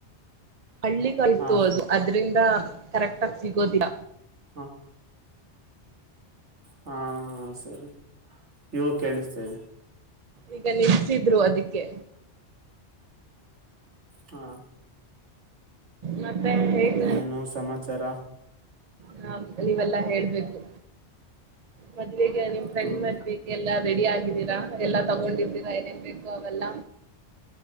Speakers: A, on the right; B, on the right.
A: ಹಳ್ಳಿಗಾಯ್ತು
B: ಹಾ
A: ಅದು ಅದ್ರಿಂದ. ಕರೆಕ್ಟ್. ಸಿಗೋದಿಯ.
B: ಹ ಹಾ ಸರಿ ಇವಾಗ ಕೇಳಿಸ್ತಾ ಇದೆ.
A: ಈಗ ನಿಲ್ಸಿದ್ರು ಅದಿಕ್ಕೆ.
B: ಹಾ
A: ಮತ್ತೆ ಹೇಗ್
B: ಇನ್ನೇನು ಸಮಾಚಾರ.
A: ನವ್ ನೀವೆಲ್ಲಾ ಹೇಳ್ಬೇಕು ಮತ್. ಈಗ ನಿಮ್ ಫ್ರೆಂಡ್
B: ಹ್ಮ್
A: ಮದವೆಗೆಲ್ಲಾ ರೆಡಿ ಆಗಿದಿರಾ ಎಲ್ಲ ತಗೊಂಡಿದಿರಾ. ಏನೇನ್ ಬೇಕು ಅವೆಲ್ಲ